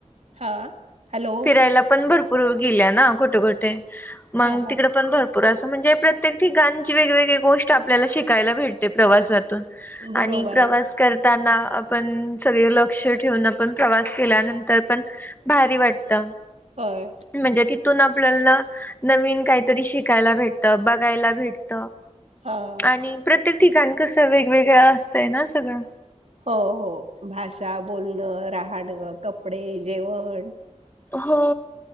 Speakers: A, on the right; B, on the left.
A: हा. हॅलो
B: फिरायला पण भरपूर गेल्या ना कुठे कुठे मग
A: हा हा
B: तिकड पण भरपूर. भरपूर असं म्हणजे प्रत्येक ठीकांची वेगवेगळी गोष्ट आपल्याला शिकायला भेटते प्रवासातून
A: बरोबर.
B: आणि प्रवास
A: आहे.
B: करताना आपण सगळे लोक लक्ष ठेवून आपण प्रवास केल्यानंतर पण भारी वाटत.
A: होय.
B: म्हणजे तिथून आपल्याला. नवीन काहीतरी शिकायला भेटत बघायला भेटत.
A: हां.
B: आणि प्रत्येक ठिकाण कसं वेगवेगळं असतंय ना सगळं.
A: हो हो भाषा बोलणं राहणं कपडे जेवण.
B: हो.